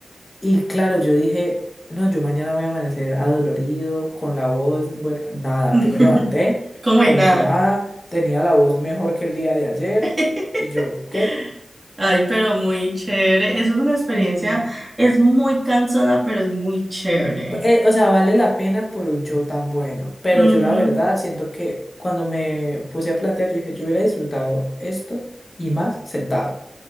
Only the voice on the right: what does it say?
<laughs>
Como
y nada.
<laughs>
Ay, pero muy chévere. Eso fue una experiencia.
Es muy cansona, pero es muy chévere.
Ujú.